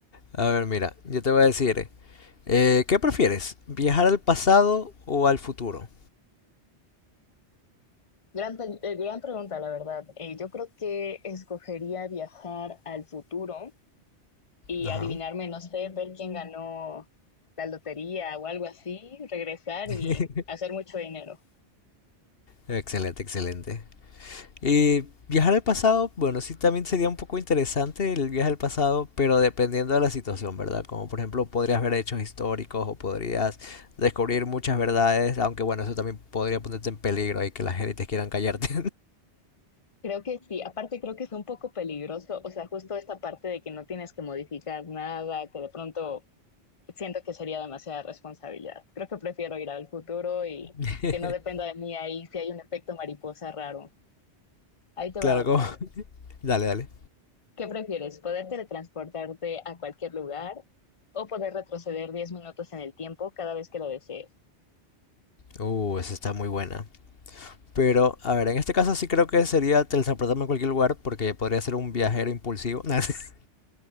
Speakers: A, on the left; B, on the left.
A: A ver, mira, yo te voy a decir, eh, ¿qué prefieres? ¿Viajar al pasado o al futuro?
B: Gran, eh, gran pregunta, la verdad. Eh, yo creo que escogería viajar al futuro y
A: Ajá.
B: adivinarme, no sé, ver quién ganó la lotería o algo así, regresar
A: <laughs>
B: y hacer mucho dinero.
A: Excelente, excelente. Y viajar al pasado, bueno, sí también sería un poco interesante el viaje al pasado, pero dependiendo de la situación, ¿verdad? Como por ejemplo podrías ver hechos históricos o podrías descubrir muchas verdades, aunque bueno, eso también podría ponerte en peligro y que las élites quieran callarte.
B: Creo que sí, aparte creo que es un poco peligroso, o sea, justo esta parte de que no tienes que modificar nada, que de pronto siento que sería demasiada responsabilidad. Creo que prefiero ir al futuro y
A: <laughs>
B: que no dependa de mí ahí si hay un efecto mariposa raro. Ahí te va
A: Claro,
B: otra.
A: como... Dale, dale.
B: ¿Qué prefieres? ¿Poder teletransportarte a cualquier lugar o poder retroceder 10 minutos en el tiempo cada vez que lo desees?
A: Uh, esa está muy buena. Pero, a ver, en este caso sí creo que sería teletransportarme a cualquier lugar porque podría ser un viajero impulsivo. <laughs>